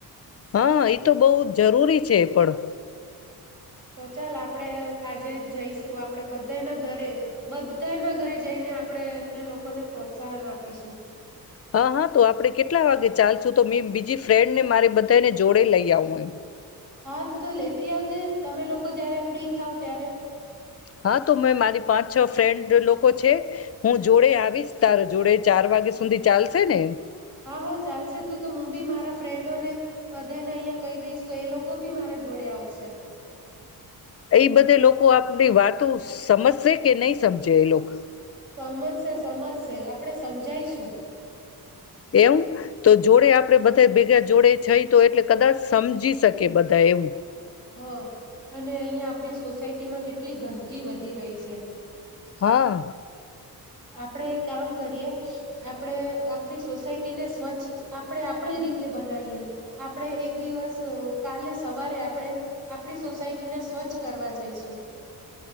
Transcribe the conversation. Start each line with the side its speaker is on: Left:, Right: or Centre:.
Left: હા એ તો બહુ જરૂરી છે એ પણ.
Right: તો ચાલ આપણેે આજે જઈશું આપણેે બધાના ઘરે બધાના ઘરે જઈને આપણેે એમને લોકોને પ્રોત્સાહન આપીશું.
Left: હા હા તો આપડે કેટલા વાગે ચાલશું તો મે બીજી ફ્રેન્ડ ને મારી બધાને જોડે લઈ આવું એમ.
Right: હા તો લેતી આવજે તમે લોકો જારે ફ્રી થાવ ત્યારે.
Left: હા તો મેં મારી પાંચ છ ફ્રેન્ડ લોકો છે હું જોડે આવીશ. તાર જોડે ચાર વાગ્યા સુધી ચાલશે ને?
Right: હા હા ચાલશે તો તો હું બી મારા ફ્રેન્ડો ને બધાને અહિયા કહી દઈશ. તો એ લોકો બી મારા જોડે આવશે.
Left: એ બધે લોકો આપની વાતો સમજશે કે નહીં સમજે એ લોક?
Right: સમજશે સમજશે આપડે સમજાયશું.
Left: એમ તો જોડે આપડે બધા ભેગા જોડે જઈ તો એટલે કદાચ સમજી શકે બધા એમ.
Right: હા અને અહિયાં આપડી સોસાયટીમાં કેટલી ગંદગી વધી રહી છે.
Left: હા
Right: આપણે એ કામ કરીએ આપણે આપણી સોસાયટીને સ્વચ્છ આપણે આપણી રીતે બનાવીએ. આપણે એક દિવસ કાલે સવારે આપણે આપણી સોસાયટીને સ્વચ્છ કરવા જઈશું.